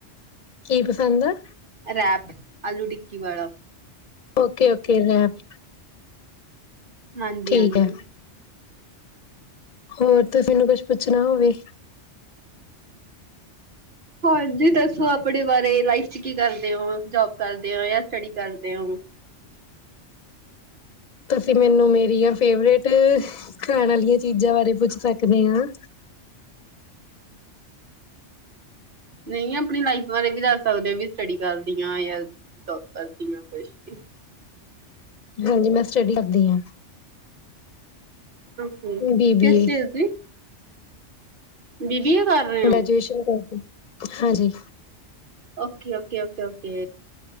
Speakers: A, on the left; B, on the right.
A: ਕੀ ਪਸੰਦ ਆ?
B: ਰੈਪ ਆਲੂ- ਟਿੱਕੀ ਵਾਲਾ।
A: ਓਕੇ ਓਕੇ ਰੈਪ
B: ਹਾਂਜੀ-ਹਾਂਜੀ
A: ਠੀਕ ਹੈ ਹੋਰ ਤੁਸੀ ਮੈਨੂੰ ਕੁਛ ਪੁੱਛਣਾ ਹੋਵੇ।
B: ਹਾਂਜੀ ਦੱਸੋ ਆਪਣੇ ਬਾਰੇ ਲਾਈਫ ਚ ਕੀ ਕਰਦੇ ਹੋ ਜੋਬ ਕਰਦੇ ਹੋ ਸਟਡੀ ਕਰਦੇ ਹੋ?
A: ਤੁਸੀਂ ਮੈਨੂੰ ਮੇਰੀਆਂ ਫੇਵਰਟ ਖਾਣ ਵਾਲੀਆਂ ਚੀਜ਼ਾਂ ਬਾਰੇ ਪੁੱਛ ਸਕਦੇ ਹਾਂ।
B: ਨਹੀਂ ਆਪਣੀ ਲਾਈਫ ਬਾਰੇ ਵੀ ਦੱਸ ਸਕਦੇ ਹੋ ਵੀ ਸਟੱਡੀ ਕਰਦੀ ਹ ਯਾ ਜੋਬ ਕਰਦੀ ਹ ਕੁਛ ਵੀ।
A: ਹਾਂਜੀ ਮੈਂ ਸਟਡੀ ਕਰਦੀ ਹਾਂ
B: ਆਹੋ
A: ਬੀ ਬੀ
B: ਕਿਸ
A: ਏ
B: ਚੀਜ਼ ਦੀ <unintelligible> ਰਹੇ ਹੋ
A: ਗ੍ਰੈਜੂਏਸ਼ਨ ਕਰਦੀ ਹਾਂਜੀ
B: ਓਕੇ ਓਕੇ ਓਕੇ ਓਕੇ